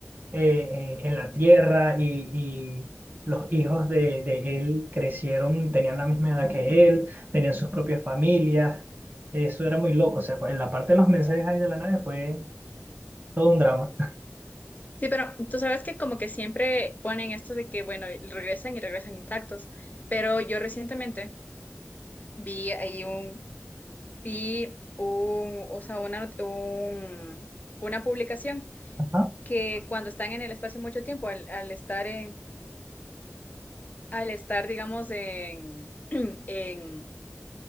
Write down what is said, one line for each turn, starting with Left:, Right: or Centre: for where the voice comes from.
Right: eh, eh, en la tierra y, y los hijos de, de él crecieron, tenían la misma edad que él, tenían sus propias familias. Eso era muy loco. O sea, en la parte de los mensajes ahí de la nave fue todo un drama.
Left: Sí, pero tú sabes que como que siempre ponen esto de que, bueno, regresan y regresan intactos, pero yo recientemente vi ahí un, vi un, o sea, una, not- un- una publicación
Right: Ajá.
Left: que cuando están en el espacio mucho tiempo, al, al estar en, al estar, digamos, en, <clears throat> en,